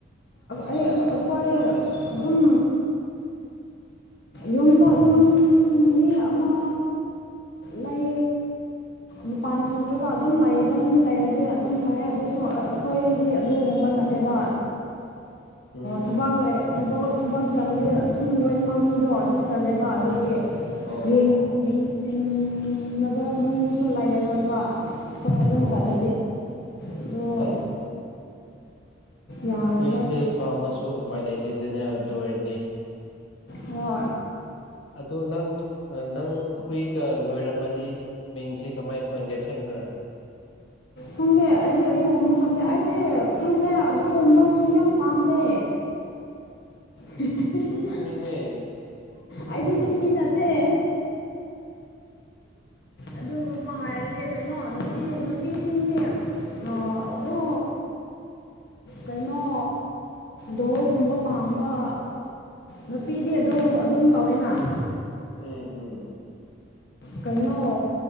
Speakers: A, on the left; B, on the left.
A: ꯑꯩ ꯑꯩꯈꯣꯏ ꯑꯗꯨꯝ ꯌꯨꯝꯗ ꯑꯗꯨꯝ ꯃꯤ ꯑꯃ ꯂꯩ ꯃꯄꯥꯟ ꯊꯣꯛꯇ꯭ꯔꯒ ꯑꯗꯨꯝ ꯂꯩꯕ ꯃꯤ ꯂꯩꯔꯗꯤ ꯑꯗꯨꯝ ꯐꯩ ꯑꯗꯨꯁꯨ ꯫ ꯑꯩꯈꯣꯏꯗꯤ ꯑꯗꯨꯒꯨꯝꯕ ꯅꯠꯇꯦꯕ
B: ꯎꯝ
A: ꯊꯕꯛ ꯂꯩ ꯫ ꯊꯕꯛ ꯊꯕꯛ ꯆꯠꯂꯗꯤ ꯑꯗꯨꯝ ꯂꯣꯏꯅꯃꯛ ꯃꯤꯗꯣ ꯑꯗꯨꯝ ꯆꯜꯂꯦꯕ ꯑꯗꯨꯒꯤ ꯫
B: ꯑꯣ
A: ꯌꯦꯡꯁꯤꯕ
B: ꯑꯣ
A: ꯃꯤꯁꯨ ꯂꯩꯔꯔꯣꯏꯕ ꯄꯔ ꯑꯗꯨꯝ
B: ꯑꯣ
A: ꯆꯥꯟꯂꯗꯤ ꯑꯣ
B: ꯑꯁ
A: ꯌꯥꯔꯔꯣꯏ
B: ꯍꯨꯏꯁꯦ ꯄꯥꯝꯃꯁꯨ ꯎꯄꯥꯏ ꯂꯩꯇꯦꯗꯅꯦ ꯑꯗꯨ ꯑꯣꯏꯔꯗꯤ
A: ꯍ
B: ꯑꯗꯨꯗ ꯅꯪ ꯅꯪ ꯍꯨꯏꯒ ꯂꯣꯏꯔꯝꯃꯗꯤ ꯃꯤꯡꯁꯦ ꯀꯃꯥꯏꯅ ꯇꯧ ꯑꯩꯈꯣꯏꯒꯥꯏ ꯈꯟꯗ꯭ꯔꯥ
A: ꯈꯪꯗꯦ ꯑꯩꯗꯤ ꯑꯗꯨꯒꯨꯝꯕ ꯈꯪꯗꯦ ꯑꯩꯗꯤ ꯈꯪꯗꯦ ꯑꯗꯨꯒꯨꯝꯕꯁꯨ ꯌꯥꯝ ꯄꯥꯝꯗꯦ ꯍꯦ-ꯍꯦ-ꯍꯦ-ꯍꯦ <unintelligible>
B: ꯑ <unintelligible>
A: ꯑꯩꯗꯤ ꯅꯨꯄꯤ ꯅꯠꯇꯦ ꯑꯗꯨꯒ ꯍꯥꯏꯔꯗꯤ ꯀꯩꯅꯣ ꯅꯨꯄꯤ ꯅꯨꯄꯤꯁꯤꯡꯗꯤ ꯑꯗꯨꯗꯣ ꯀꯩꯅꯣ ꯗꯣꯜꯒꯨꯝꯕ ꯄꯥꯝꯕ ꯅꯨꯄꯤꯗꯤ ꯑꯗꯨꯣ ꯑꯗꯨꯝ ꯇꯧꯏꯅꯥ ꯫
B: ꯎꯝ ꯎꯝ ꯫
A: ꯀꯩꯅꯣ